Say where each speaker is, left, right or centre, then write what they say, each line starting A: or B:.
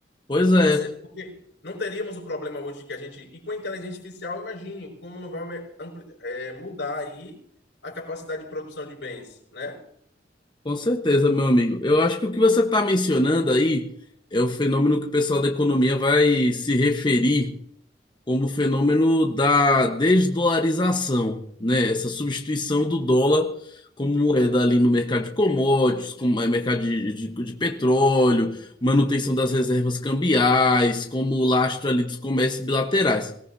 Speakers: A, on the left (about 25°); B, on the left (about 85°).
A: pois
B: Você,
A: é.
B: porque não teríamos o problema hoje que a gente. E com a inteligência artificial, imagine como não vai me- ampli- eh, mudar aí a capacidade de produção de bens, né?
A: Com certeza, meu amigo. Eu acho que o que você está mencionando aí é o fenômeno que o pessoal da economia vai se referir como o fenômeno da desdolarização, né? Essa substituição do dólar como
B: Sim,
A: moeda ali no mercado de commodities, como é mercado de, de, de petróleo, manutenção das reservas cambiais, como lastro ali dos comércios bilaterais.